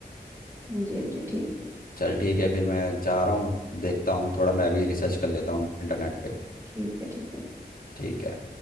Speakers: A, on the right; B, on the left.
A: हाँ जी हाँ जी ठीक
B: चल ठीक है फिर मैं जा रहा हूँ देखता हूँ थोड़ा मैं भी रिसर्च कर लेता हूँ इंटरनेट पे
A: ठीक है ठीक है
B: ठीक है